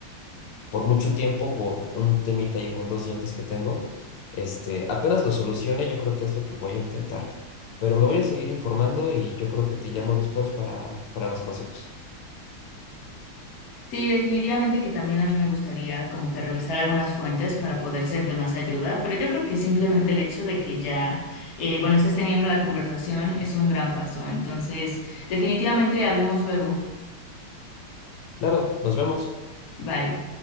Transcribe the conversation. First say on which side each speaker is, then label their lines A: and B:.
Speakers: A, on the left; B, on the left.
A: por mucho tiempo, por un temita ahí con dos dientes que tengo. Este, apenas lo solucione, yo creo que es lo que voy a intentar. Pero me voy a seguir informando y yo creo que te llamo después para, para más consejos.
B: Sí, definitivamente que también a mí me gustaría como que revisar algunas fuentes para poder ser de más ayuda, pero yo creo que simplemente el hecho de que ya, eh, bueno, estés teniendo la conversación es un gran paso. Entonces, definitivamente hablemos luego.
A: Claro, nos vemos.
B: Bye.